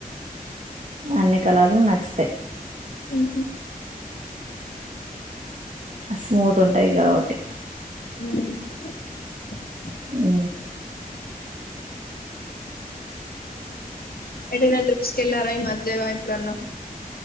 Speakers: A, on the right; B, on the left.
A: అన్ని కలర్లు నచ్చతే
B: మహు
A: స్మూత్ ఉంటాయి కాబట్టి
B: మ్
A: ఆ
B: ఎంట నాత్ర ల్లారయ మధ్యం ఇప్పుడన్నా